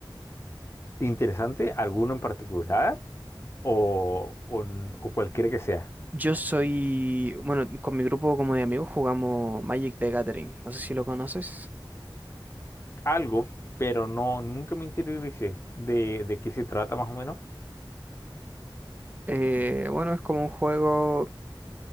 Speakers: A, on the left; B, on the right.
A: Interesante, alguno en particular o, o n- o cualquiera que sea.
B: Yo soy, bueno, con mi grupo como de amigos jugamos Magic the Gathering. No sé si lo conoces.
A: Algo, pero no, nunca me interioricé de, de qué se trata más o menos.
B: Eh, bueno, es como un juego